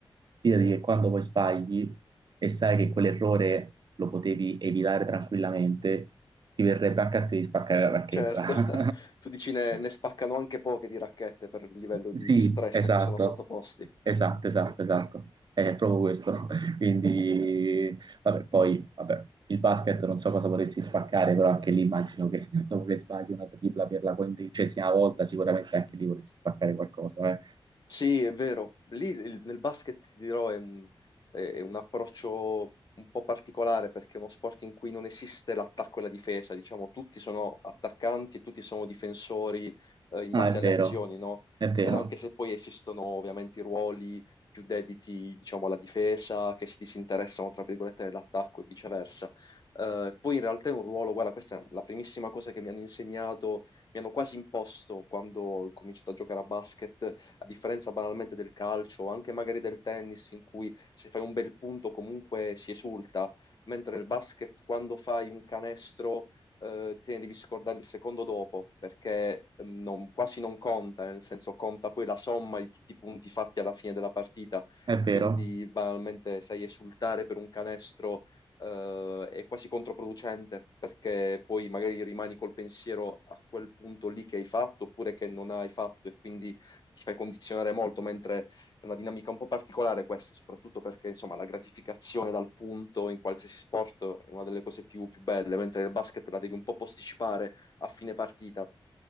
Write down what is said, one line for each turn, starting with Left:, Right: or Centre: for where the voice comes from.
Right: fidati che quando poi sbagli e sai che quell'errore lo potevi evitare tranquillamente, ti verrebbe anche a te di spaccare la racchetta.
Left: certo. <laughs> Tu dici ne, ne spaccano
Right: <laughs>
Left: anche poche di racchette per il livello
Right: Sì,
Left: di di stress
Right: esatto,
Left: a cui sono sottoposti.
Right: esatto, esatto, esatto. È proprio questo. <laughs> Quindi, vabbè, poi, vabbè, il basket non so cosa vorresti spaccare, però anche lì immagino che dopo che sbagli una tripla per la quindicesima volta, sicuramente anche lì vorresti spaccare qualcosa, eh.
Left: Sì, è vero. Lì il- nel basket, ti dirò, è un, è un approccio un po' particolare perché è uno sport in cui non esiste l'attacco e la difesa. Diciamo, tutti sono attaccanti e tutti sono difensori, eh, in
Right: No,
Left: base
Right: è vero,
Left: alle azioni, no?
Right: è vero,
Left: Eh, anche se poi esistono ovviamente i ruoli più dediti, diciamo, alla difesa, che si disinteressano, tra virgolette, dell'attacco e viceversa. Eh, poi in realtà è un ruolo, guarda, questa è la primissima cosa che mi hanno insegnato, mi hanno quasi imposto quando ho cominciato a giocare a basket a differenza banalmente del calcio o anche magari del tennis, in cui se fai un bel punto comunque si esulta, mentre nel basket quando fai un canestro eh, te ne devi scordare il secondo dopo, perché mm, non- quasi non conta, nel senso conta poi la somma di tutti i punti fatti alla fine della partita,
Right: è vero,
Left: quindi banalmente sai esultare per un canestro eh, è quasi controproducente perché poi magari rimani col pensiero a quel punto lì che hai fatto oppure che non hai fatto e quindi ti fai condizionare molto, mentre è una dinamica un po' particolare questa, soprattutto perché insomma la gratificazione dal punto in qualsiasi sport è una delle cose più, più belle, mentre il basket la devi un po' posticipare a fine partita.